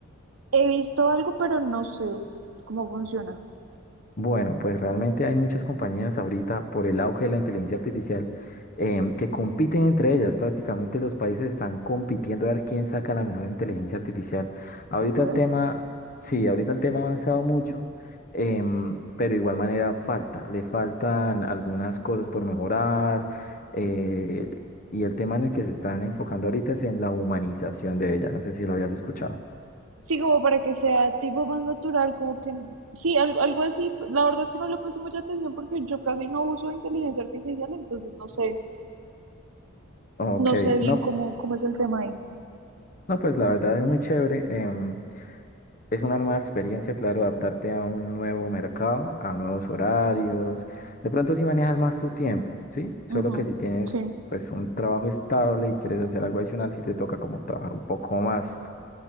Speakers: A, on the right; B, on the left.
A: He visto algo, pero no sé cómo funciona.
B: Bueno, pues realmente hay muchas compañías ahorita por el auge de la inteligencia artificial em, que compiten entre ellas. Prácticamente los países están compitiendo a ver quién saca la mejor inteligencia artificial. Ahorita
A: Ok.
B: el tema, sí, ahorita el tema ha avanzado mucho, em, pero de igual manera falta. Le faltan algunas cosas por mejorar eh, y el tema en el que se están enfocando ahorita es en la humanización de ella. No sé si lo habías escuchado.
A: Sí, como para que sea tipo más natural, como que sí, algo, algo así. La verdad es que no le he puesto mucha atención porque yo casi no uso inteligencia artificial, entonces no sé,
B: Ok,
A: no sé bien
B: no,
A: cómo, cómo es el tema ahí.
B: no, pues la verdad es muy chévere. em, Es una nueva experiencia, claro, adaptarte a un nuevo mercado, a nuevos horarios. De pronto si manejas más tu tiempo, ¿sí?
A: Ujú,
B: Solo que si tienes
A: Sí,
B: pues un trabajo estable y quieres hacer algo adicional, sí te toca como trabajar un poco más.